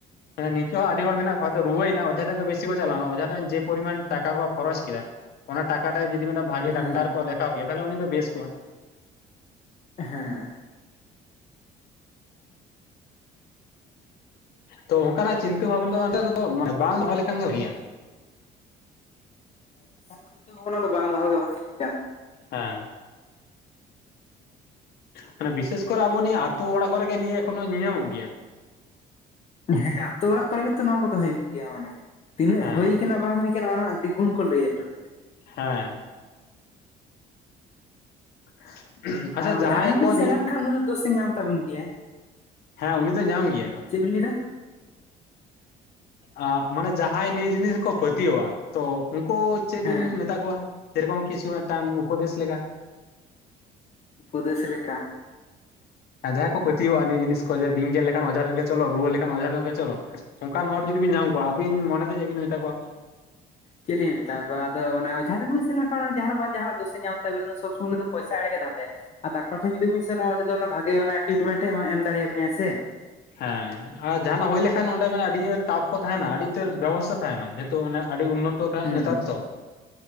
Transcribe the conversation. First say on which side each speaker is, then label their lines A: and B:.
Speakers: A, on the left (about 70°); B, on the left (about 40°).
A: ᱢᱟᱱᱮ ᱱᱤᱝᱠᱟᱹ ᱦᱚᱸ ᱟᱹᱰᱤ ᱦᱚᱲ ᱢᱮᱱᱟᱜ ᱠᱚᱣᱟ ᱨᱩᱣᱟᱹᱭᱱᱟᱭ ᱚᱡᱷᱟ ᱴᱷᱮ ᱜᱮ ᱵᱮᱥᱤ ᱠᱟᱞᱟᱣᱱᱟ ᱚᱡᱷᱟ ᱴᱷᱮᱱ ᱡᱮ ᱯᱚᱨᱤᱢᱟᱱ ᱴᱟᱠᱟ ᱠᱚ ᱠᱷᱚᱨᱚᱪ ᱠᱮᱫᱟ ᱚᱱᱟ ᱴᱟᱠᱟ ᱴᱟᱭ ᱡᱩᱫᱤ ᱢᱤᱫᱴᱮᱱ ᱵᱷᱟᱜᱤ
B: ᱦᱮᱸ
A: ᱰᱟᱠᱛᱟᱨ ᱠᱚ ᱫᱮᱠᱷᱟᱣ ᱠᱮᱭᱟ ᱛᱟᱦᱞᱮ ᱩᱱᱤ ᱫᱚ ᱵᱮᱥ ᱠᱚᱜᱼᱟ᱾
B: ᱦᱮᱸ
A: ᱛᱚ ᱚᱝᱠᱟᱱᱟᱜ ᱪᱤᱱᱛᱟᱹ <unintelligible> ᱵᱟᱝ ᱫᱚᱦᱚ ᱞᱮᱠᱷᱟᱱ ᱵᱷᱟᱜᱮᱭᱟ᱾
B: ᱚᱱᱠᱟ ᱪᱤᱱᱛᱟᱹ ᱵᱷᱟᱵᱱᱟ ᱫᱚ ᱵᱟᱝ ᱫᱚᱦᱚ ᱫᱚ <unintelligible>
A: ᱦᱮᱸ ᱢᱟᱱᱮ ᱵᱤᱥᱮᱥ ᱠᱚᱨᱮ ᱟᱵᱚ ᱱᱤᱭᱟᱹ ᱟᱛᱳ ᱚᱲᱟᱜ ᱠᱚᱨᱮ ᱜᱮ ᱱᱤᱭᱟᱹ ᱮᱠᱷᱚᱱᱳ ᱧᱮᱧᱟᱢᱚᱜ ᱜᱮᱭᱟ᱾
B: ᱦᱮᱸ ᱟᱛᱳ ᱚᱲᱟᱜ ᱠᱚᱨᱮ ᱜᱮᱛᱚ ᱱᱚᱣᱟ ᱠᱚᱫᱚ ᱦᱩᱭᱩᱜ ᱜᱮᱭᱟ ᱢᱟᱱᱮ ᱛᱤᱱᱟᱹᱜ
A: ᱦᱮᱸ
B: ᱦᱩᱭ ᱠᱟᱱᱟ ᱵᱟᱝ ᱦᱩᱭ ᱠᱟᱱᱟ ᱚᱱᱟ ᱨᱮᱱᱟᱜ ᱫᱤᱠ ᱜᱩᱱ ᱠᱚ ᱞᱟᱹᱭᱟ ᱟᱨᱚ᱾
A: ᱦᱮᱸ <inaudible> ᱟᱪᱪᱷᱟ
B: ᱟᱨ ᱚᱡᱷᱟ
A: ᱡᱟᱦᱟᱸᱭ
B: ᱴᱷᱮᱱ ᱵᱤᱱ
A: ᱠᱚ
B: ᱥᱮᱱ
A: ᱱᱤ
B: ᱞᱮᱱᱠᱷᱟᱱ ᱩᱱᱤ ᱫᱚ ᱫᱳᱥᱮ ᱧᱟᱢ ᱛᱟᱵᱤᱱ ᱜᱮᱭᱟᱭ᱾
A: ᱦᱮᱸ ᱩᱱᱤ ᱫᱚ ᱧᱟᱢ ᱜᱮᱭᱟ ᱛᱚ᱾
B: ᱪᱮᱫ ᱵᱤᱱ ᱞᱟᱹᱭ ᱮᱫᱟ
A: ᱟᱸ ᱢᱟᱱᱮ ᱡᱟᱦᱟᱸᱭ ᱱᱤᱭᱟᱹ ᱡᱤᱱᱤᱥ ᱠᱚ ᱯᱟᱹᱛᱭᱟᱹᱣᱟᱜᱼᱟ ᱛᱚ ᱩᱝᱠᱩ ᱪᱮᱜ
B: ᱦᱮᱸ
A: ᱵᱤᱱ ᱢᱮᱛᱟ ᱠᱚᱣᱟ ᱥᱮᱨᱚᱠᱚᱢ ᱠᱤᱪᱷᱩ ᱢᱤᱫᱴᱟᱝ ᱩᱯᱚᱫᱮᱥ ᱞᱮᱠᱟ᱾
B: ᱩᱯᱚᱫᱮᱥ ᱞᱮᱠᱟ
A: ᱟᱸ ᱡᱟᱦᱟᱸᱭ ᱠᱚ ᱯᱟᱹᱛᱭᱟᱹᱣᱟᱜᱼᱟ ᱱᱤᱭᱟᱹ ᱡᱤᱱᱤᱥ ᱠᱚ ᱡᱮ ᱵᱤᱧ ᱜᱮᱨ ᱞᱮᱠᱷᱟᱱ ᱚᱡᱷᱟ ᱴᱷᱮᱱ ᱜᱮ ᱪᱚᱞᱚ ᱨᱩᱣᱟᱹ ᱞᱮᱠᱷᱟᱱ ᱚᱡᱷᱟ ᱴᱷᱮᱱ ᱜᱮ ᱪᱚᱞᱚ᱾ ᱚᱝᱠᱟᱱ ᱦᱚᱲ ᱡᱩᱫᱤ ᱵᱤᱱ ᱧᱟᱢ ᱠᱚᱣᱟ ᱟᱵᱤᱱ ᱢᱚᱱᱮᱛᱮ ᱪᱮᱜ ᱵᱤᱱ ᱢᱮᱛᱟ ᱠᱚᱣᱟ?
B: ᱪᱮᱜ ᱞᱤᱧ ᱢᱮᱛᱟ ᱠᱚᱣᱟ ᱟᱫᱚ ᱢᱟᱱᱮ ᱚᱡᱷᱟ ᱴᱷᱮᱱ ᱵᱮᱱ ᱥᱮᱱ ᱞᱮᱱᱠᱷᱟᱱ ᱡᱟᱦᱱᱟᱜ ᱵᱟᱝ ᱡᱟᱦᱟᱱᱟᱜ ᱫᱳᱥᱮ ᱧᱟᱢ ᱛᱟᱵᱮᱱ ᱥᱚᱵ ᱥᱚᱢᱚᱭ ᱩᱱᱤ ᱫᱚ ᱯᱚᱭᱥᱟ ᱮᱲᱮ ᱜᱮᱭ ᱫᱷᱟᱱᱫᱟᱭᱟ᱾ ᱟ ᱰᱟᱠᱛᱟᱨ ᱴᱷᱮᱱ ᱡᱩᱫᱤᱵᱤᱱ ᱥᱮᱱᱚᱜᱼᱟ ᱩᱱᱤ ᱫᱚ ᱚᱱᱟ ᱵᱷᱟᱜᱤ ᱢᱟᱱᱮ ᱴᱤᱴᱢᱮᱱᱴ ᱮ ᱮᱢ ᱫᱟᱲᱮᱭᱟ ᱵᱤᱱᱟ ᱥᱮ᱾
A: ᱦᱮᱸ ᱟ ᱡᱟᱦᱟᱱᱟᱜ ᱦᱩᱭ ᱞᱮᱠᱷᱟᱱ ᱚᱸᱰᱮ ᱢᱟᱱᱮ ᱟᱹᱰᱤ ᱴᱟᱯ ᱠᱚ ᱛᱟᱦᱮᱱᱟ ᱟᱹᱰᱤ ᱩᱛᱟᱹᱨ ᱵᱮᱵᱚᱥᱛᱟ ᱛᱟᱦᱮᱱᱟ ᱡᱮᱦᱮᱛᱩ ᱢᱟᱱᱮ ᱟᱹᱰᱤ ᱩᱱᱱᱚ ᱛᱚ ᱛᱟᱦᱮᱸᱡ
B: ᱦᱩᱸ
A: ᱱᱮᱛᱟᱨ ᱫᱚ